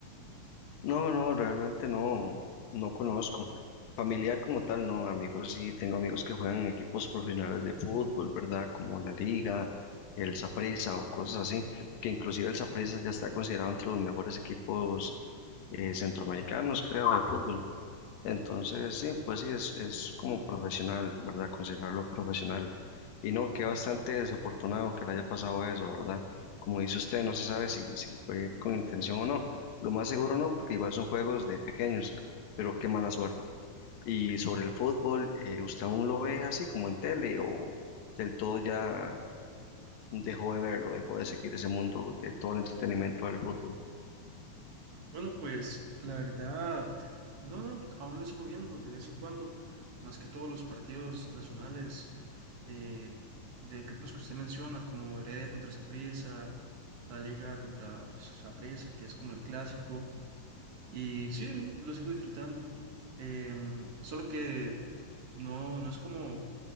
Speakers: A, on the left (about 80°); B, on the right (about 50°).
A: No, no, realmente no, no conozco. Familiar como tal, no, amigos, sí, tengo amigos que juegan en equipos profesionales de fútbol, ¿verdad? Como la Liga, el Saprissa o cosas así, que inclusive el Saprissa ya está considerado entre los mejores equipos eh, centroamericanos, creo, de fútbol. Entonces, sí, pues sí, es, es como profesional, ¿verdad? Considerarlo profesional. Y no, que bastante desafortunado que le haya pasado eso, ¿verdad? Como dice usted, no se sabe si, si fue con intención o no. Lo más seguro no, porque igual son juegos de pequeños, pero qué mala suerte. Y sobre el fútbol, eh, ¿usted aún lo ve así como en tele o del todo ya dejó de verlo, dejó de seguir ese mundo de todo el entretenimiento del fútbol?
B: Bueno, pues la verdad, no, no, aún lo sigo viendo de vez en cuando, más que todos los partidos nacionales eh, de equipos que usted menciona, como Heredia contra Saprissa, la Liga contra Saprissa, que es como el clásico, y sí, lo sigo disfrutando. Em, solo que no, no es como